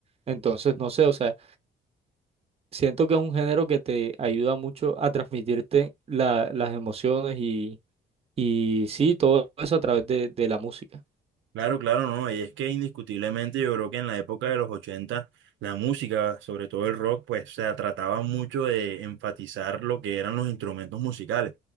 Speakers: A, on the right (about 30°); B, on the right (about 75°).
A: Entonces, no sé, o sea, Siento que es un género que te ayuda mucho a transmitirte la- las emociones y, y sí, todo eso a través de, de la música.
B: Claro, claro, no. Y es que indiscutiblemente yo creo que en la época de los 80 la música, sobre todo el rock, pues o sea, trataba mucho de enfatizar lo que eran los instrumentos musicales.